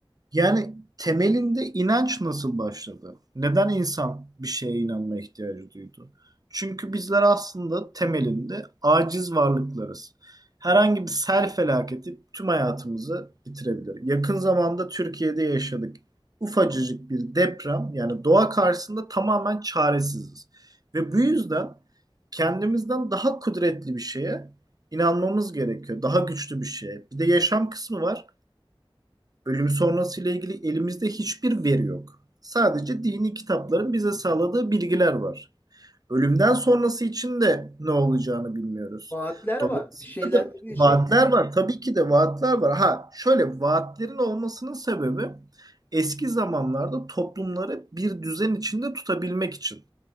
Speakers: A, on the right; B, on the left.
A: Yani temelinde inanç nasıl başladı? Neden insan bir şeye inanma ihtiyacı duydu? Çünkü bizler aslında temelinde aciz varlıklarız. Herhangi bir sel felaketi tüm hayatımızı bitirebilir. Yakın zamanda Türkiye'de yaşadık. Ufacıcık bir deprem yani doğa karşısında tamamen çaresiziz. Ve bu yüzden kendimizden daha kudretli bir şeye inanmamız gerekiyor. Daha güçlü bir şeye. Bir de yaşam kısmı var. Ölüm sonrası ile ilgili elimizde hiçbir veri yok. Sadece dini kitapların bize sağladığı bilgiler var. Ölümden sonrası için de ne olacağını bilmiyoruz.
B: Vaatler var.
A: Dolayısıyla
B: Bir şeyler
A: da
B: dediğin
A: vaatler
B: şey
A: var. Tabii ki de vaatler var. Ha şöyle vaatlerin olmasının sebebi eski zamanlarda toplumları bir düzen içinde tutabilmek için.